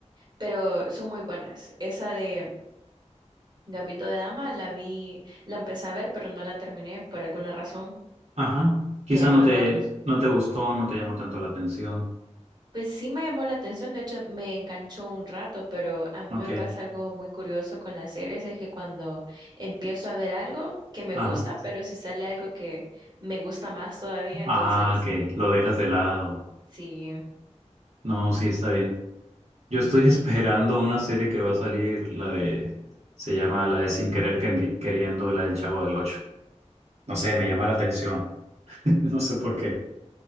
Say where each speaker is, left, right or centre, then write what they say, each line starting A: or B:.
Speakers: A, on the right (about 35°); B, on the right (about 65°).
A: pero son muy buenas. Esa de Gambito de Dama la vi, la empecé a ver, pero no la terminé por alguna razón
B: ajá. Quizá
A: que ya no
B: no
A: me
B: te,
A: acuerdo.
B: no te gustó, no te llamó tanto la atención.
A: Pues sí me llamó la atención, de hecho me enganchó un rato, pero a mí
B: Ok,
A: me pasa algo muy curioso con las series, es que cuando empiezo a ver algo que me
B: ajá.
A: gusta, pero si sale algo que me gusta más todavía, entonces
B: Ah, ok, lo dejas de lado.
A: sí,
B: No, sí, está bien. Yo estoy <laughs> esperando una serie que va a salir, la de, se llama la de Sin Querer Quendi- Queriendo, la del Chavo del Ocho. No sé, me llama la atención. <laughs> No sé por qué.